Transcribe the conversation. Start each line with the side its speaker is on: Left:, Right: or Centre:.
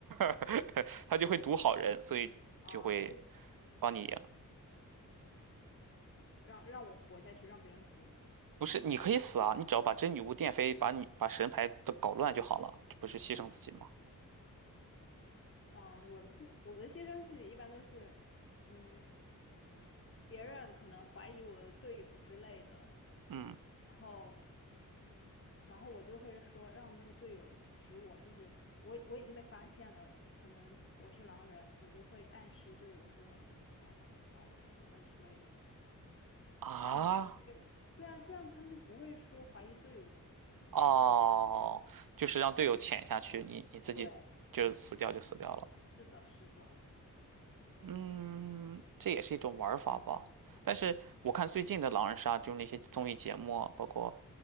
Right: <laughs> 他就会毒好人，所以就会
Left: 哦，对，
Right: 帮你赢。
Left: 让让我活下去，让别人死了。
Right: 不是，你可以死啊，你只要把真女巫电飞，把你把神牌都搞乱就好了，这不是牺牲自己吗？
Left: 啊啊，我的我的牺牲自己一般都是，嗯，别人可能怀疑我的队友之类的，
Right: 嗯。
Left: 然后然后我就会说让那个队友指我，就是我我已经被发现了，可能我是狼人，我就会暗示队友说，那你下一把就把我投了之类的，
Right: 啊，
Left: 这样子他们不会，对啊，这样他们就不会说怀疑队友，
Right: 哦，就是让队友潜下去，
Left: 嗯，
Right: 你你自己就死掉就死掉了。
Left: 对，是的，是的，
Right: 嗯，这也是一种玩儿法吧。但是我看最近的狼人杀，就是那些综艺节目啊包括